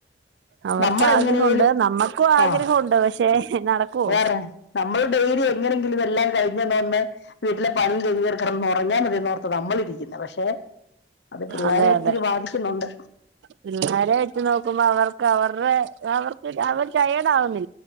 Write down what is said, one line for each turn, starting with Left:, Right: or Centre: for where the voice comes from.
Right: അവർക്ക്
Left: നമ്മൾ
Right: ആഗ്രഹമുണ്ട്
Left: എങ്ങനെലും
Right: നമ്മക്കും ആഗ്രഹമുണ്ട്
Left: ആ
Right: പക്ഷെ നടക്കുവോ
Left: വേറെ നമ്മൾ ഡെലിയക്ക എങ്ങനെങ്കിലും എല്ലാം കഴിഞ്ഞ തന്ന് വീട്ടിലെ പണി ചെയ്വർ ഉറങ്ങാൽ മതിന്നോർത്ത് നമ്മളിരിക്കുന്നത് പക്ഷെ അത് പിള്ളാരെ
Right: അതെ
Left: ഒത്തിരി
Right: അതെ
Left: ബാധിക്കുന്നുണ്ട്
Right: പിള്ളാരെ വെച്ച് നോക്കുമ്പോ അവർക്ക് അവരുടെ അവർക്ക് അവർ റ്റയടാവുന്നില്ല